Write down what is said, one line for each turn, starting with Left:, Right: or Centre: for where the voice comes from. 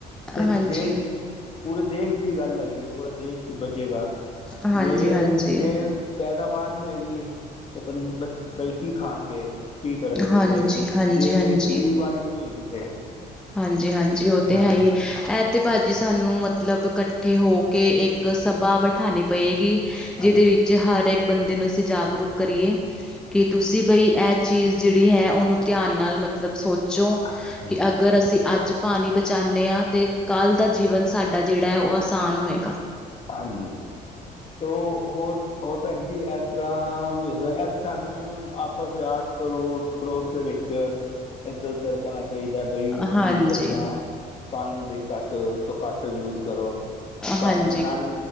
Left: ਤੇ
Centre: ਹਾਂਜੀ
Left: ਦੇਸ਼ ਪੂਰੇ ਦੇਸ਼ ਦੀ ਗੱਲ ਹੈਗੀ ਹੈ ਪੂਰਾ ਦੇਸ਼ ਬਚੇਗਾ।
Centre: ਹਾਂਜੀ
Left: ਜੇ
Centre: ਹਾਂਜੀ
Left: ਜੇ
Centre: ਹਾਂਜੀ
Left: ਪੈਦਾਵਾਰ ਨਹੀਂ ਹੈਗੀ ਤੇ ਬੰ ਬਲਕੀ ਖਾਣਗੇ ਕੀ ਕਰਨਗੇ
Centre: ਹਾਂਜੀ
Left: ਜੇ
Centre: ਹਾਂਜੀ
Left: ਜੇ ਖੇਤੀਬਾੜੀ ਨਹੀਂ ਹੋਏਗੀ ਤੇ
Centre: ਹਾਂਜੀ -ਹਾਂਜੀ, ਉਹ ਤੇ
Left: ਹਾਂਜੀ
Centre: ਹੈ ਹੀ ਹੈ ਇਹ ਤੇ ਭਾਜੀ ਸਾਨੂੰ ਮਤਲਬ ਇਕੱਠੇ ਹੋ ਕੇ ਇੱਕ ਸਭਾ ਬਿਠਾਨੀ ਪਏਗੀ ਜਿਹਦੇ
Left: ਹਾਂਜੀ
Centre: ਵਿੱਚ ਹਰ ਇੱਕ ਬੰਦੇ ਨੂੰ ਅਸੀਂ ਜਾਗਰੂਕ ਕਰੀਏ ਕਿ ਤੁਸੀਂ ਬਈ ਇਹ ਚੀਜ਼ ਜਿਹੜੀ ਹੈ ਉਹਨੂੰ ਧਿਆਨ ਨਾਲ ਮਤਲਬ ਸੋਚੋ
Left: ਹਾਂਜੀ
Centre: ਕਿ ਅੱ ਅਗਰ ਅਸੀਂ ਅੱਜ ਪਾਣੀ ਬਚਾਨੇ ਹਾਂ ਤੇ ਕੱਲ੍ਹ ਦਾ ਜੀਵਨ ਸਾਡਾ ਜਿਹੜਾ ਹੈ ਉਹ ਆਸਾਨ ਹੋਏਗਾ
Left: ਹਾਂਜੀ, ਤ ਹੋਰ ਹੋਰ ਭੈਣ ਜ ਇਸ ਤਰ੍ਹਾਂ ਵੀ ਇਹ ਤੇ ਤੁਹਾਨੂੰ ਆਪਸ ਦੇ ਆਸ ਪੋਸ ਪੜੋਸ ਦੇ ਵਿੱਚ ਇੱਧਰ ਉਧਰ ਕਹਿਣਾ ਚਾਹੀਦਾ ਬਈ ਤੁਸੀਂ
Centre: ਹਾਂਜੀ,
Left: ਅਪਣਾ ਪਾਣੀ ਬਈ ਘਟ ਤੋਂ ਘਟ ਯੂਜ ਕਰੋ
Centre: ਹਾਂਜੀ
Left: ਘਰ ਨਾਲ